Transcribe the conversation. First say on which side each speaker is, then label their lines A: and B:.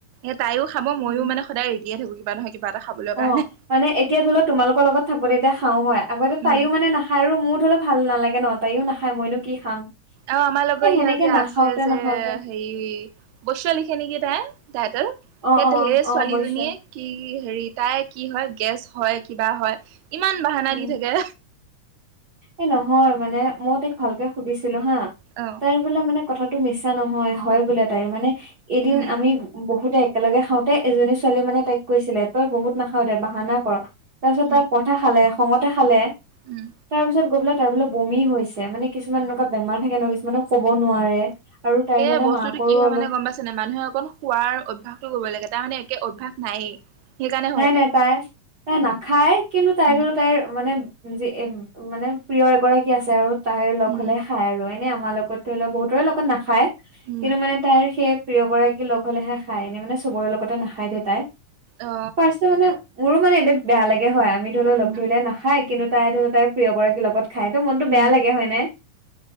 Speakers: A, on the right; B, on the right.
A: এ তাই খাব ময়ো
B: উম
A: মানে সদায় ৰেতিয়ে থাকো কিবা নহয় কিবা এটা খাবলৈ
B: অ
A: কাৰণে।
B: মানে এতিয়া ধৰি লও তোমালোকৰ লগত এতিয়া ধৰিল তোমালোকৰ লগত থাকোতে এতিয়া খাও হয় আগতে
A: উম
B: তাইও মানে নাখায় আৰু মোৰো ধৰি লও ভাল নালাগে ন। তাইও নাখায় মইনো কি খাম।
A: অ আমাৰ লগত
B: এ সেনেকে
A: ইয় যে আছে
B: নাখাওতে
A: যে
B: নাখাওতে
A: হেৰি বৈশয় লিখে নেকি তাই তাইটেল,
B: অ
A: সেইটো
B: অ
A: সেই
B: অ
A: ছোৱালীজনীয়ে।
B: অৱশ্যে
A: কি হেৰি তাই কি হয় গেছ হয় কিবা হয় ইমান বাহানা
B: উম
A: দি থাকে।
B: এই নহয়, মানে মই তাইক ভালকে সুধিছিলো হা
A: অ।
B: তাইৰ বোলে মানে কথাটো মিছা নহয় বোলে তাই মানে এদিন
A: উম
B: আমি বহুত একেলগে খাওঁতে এজনী ছোৱালীয়ে মানে তাইক কৈছিলে তই বহুত নাখাৱ দে বাহানা কৰ তাৰ পিছত
A: উম
B: তাই প কথা খালে খঙতে খালে।
A: উম
B: তাৰপিছত গৈ পেলাই তাৰ বোলে বমি হৈছে। মানে কিছুমান এনেকুৱা বেমাৰ থাকে ন কিছুমানক ক'ব নোৱাৰে। আৰু তাইৰ
A: এ
B: মানে
A: বস্তুতটো
B: মাকৰো
A: কি হয়
B: অলপ
A: মানে গ'ম পাইছে নাই মানুহে অকণ খোৱাৰ অভ্যাস কৰিব লাগে তাৰ মানে একেবাৰে অভ্যাস স নায়েই। সেইকাৰণে
B: নাই
A: হয়
B: নাই তাই তাই নাখায় কিন্তু তাই
A: উম
B: ধ লও তাইৰ মানে যি এ মানে প্ৰিয় এগৰাকী আছে আৰু তাইৰ লগ
A: উম
B: হলে খাই আৰু এনেই আমাৰ লগত ধৰি লওঁক বহুতৰে লগত নাখায়,
A: উম
B: কিন্তু মানে তাইৰ সেই প্ৰিয় গৰাকী লগ হ'লেহে খাই এনেই মানে চবৰে লগতে নাখায় দিয় তাই
A: অ
B: ৰ্ফাষ্ট মানে মোৰো মানে এ বেয়া লাগে হয়। আমি ধৰি লও
A: উম
B: লগ ধৰিলে না খায়, কিন্তু তাই ধ তাই প্ৰিয় গৰাকীৰ লগত খায়, ত মনতটো
A: উম
B: বেয়া লাগে হয়নে।